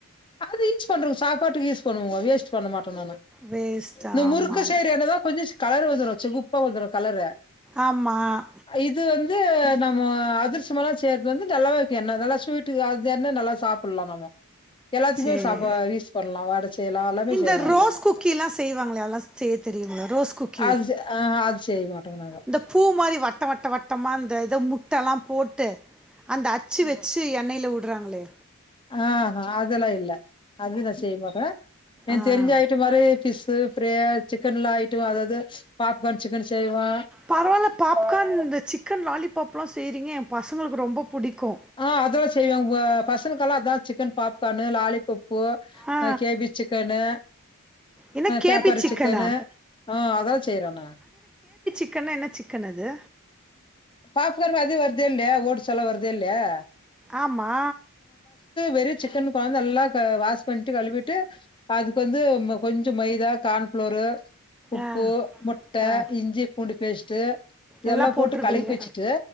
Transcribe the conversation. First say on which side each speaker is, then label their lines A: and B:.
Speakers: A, on the left; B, in the centre.
A: அது யூஸ் பண்ணறங்க சாப்பாட்டுக்கு யூஸ் பண்ணுவங்க வேஸ்ட் பண்ணமாட்டாங் ந்தான
B: வேஸ்ட்
A: இந்த
B: ஆமாம்
A: முறுக்கு சேரியானதான் கொஞ்சம் கலர் வந்துகுப்பா வந்துரும் கலர்
B: ஆமாம்
A: இது வந்து வந்து நம்ம அதிர்சவ்வம எல்லாம் செய்யறது வந்து நல்லாவே வக்கும் என்ன நல்லா ஸ்வீட்டு அது என்ன நல்லா சாப்பிடலாம் நம்ம எல்லாத்துக்குமே
B: சரி
A: சாப்ப யூஸ் பண்ணலாம். வடை செய்யலாம். எல்லாமே
B: இந்த
A: செய்யலாம்
B: ரோஸ்
A: அதுல.
B: குக்கி எல்லாம் செய்வாங்கள எல்லாம் செய்ய தெரியுங்கள ரோஸ் குக்கி
A: அது செ ஆஹா அது செய்ய மாட்டோங்க நாங்க.
B: இந்த பூ மாதிரி வட்டம் வட்ட வட்டமா ஏதோ முட்டல்லாம் போட்டு அந்த அச்சு வச்சு எண்ணெயில உள் ட்றாங்லே
A: ஆஹ்ஹ் அததுெல்லாம் இல்ல அததுனா செய்ய மக்க என்
B: ஆ
A: தெரிஞ்ச ஆயிட்டு மாதிரி பிஸு அப்பற சிக்கன் எலாம் ஆயிட்டும் அதாவது பாப்கார்ன் சிக்கன்செய்வே
B: பரவாயில்ல பாப்கார்ன் இந்த சிக்கன் லாலிபாப் எல்லாம் சரிங்க பசங்களுக்கு ரொம்ப புடிக்கு
A: ஆஹ் அதெல்லாம் செய்வேங்க உங்க பசங்கக்கெல்லாம் அதான் சிக்கன் பா பன்னு லாலிபப் பூ
B: ஆ
A: கேபி சிக்கனு
B: என்ன கேபி
A: பேப்பர்
B: சிக்கனா
A: சிக்கனு ஆஹ அதெல்லாம் செய்றோண்ணா
B: சிக்கனா என்ன சிக்கன் அது
A: பாப் கர்ம அதுே வருது இல்லலை ஓட் சொல வருது இல்லயா
B: ஆமா
A: வெறிய சிக்கன் கொாந்து நல்லா வாஷ் பண்ணிட்டு கழுவிட்டு அதுக்கு வந்து கொஞ்சம் மைதா கான்பளோரு உப்பு
B: ஆ
A: முட்டை
B: ஆ
A: இஞ்சி பூண்டுி பேஸ்ட்ட் இதெல்லாம்
B: எல்லா போட்ருவீங்க
A: போட்டு களைக்கு வச்சுட்டு